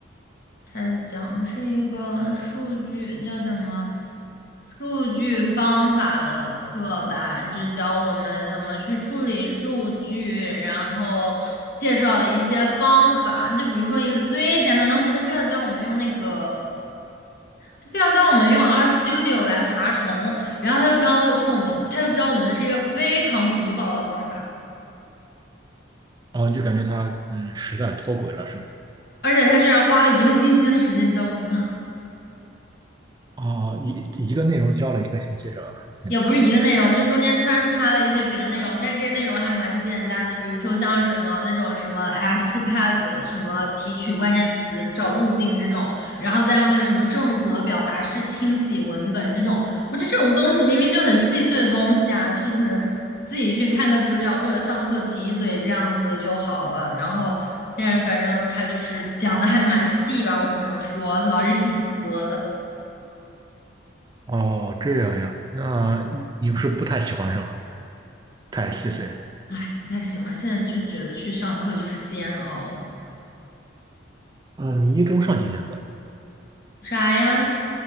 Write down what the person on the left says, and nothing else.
它讲的是一个数据叫什么数据方法的课吧，就教我们怎么去处理数据，然后介绍了一些方法。就比如说一个最简单的东西，他非要教我们用那个，他非要教我们用 RStudio 来爬虫，然后他又教的是我们，他又教我们的是一个非常古早的方法，
而且他居然花了一个星期的时间教我们。
也不是一个内容，就中间穿插了一些别的内容，但是这些内容还蛮简单的，比如说像什么那种什么 XPath，什么提取关键词找路径这种，然后再用那个什么正则表达式清洗文本这种，我觉得这种东西明明就很细碎的东西啊，就是可能自己去看个资料或者上课提一嘴这样子就好了。然后，但是反正他就是讲的还蛮细吧，我只能说老师挺负责的。
哎，不太喜欢。现在就觉得去上课就是煎熬。
啥呀？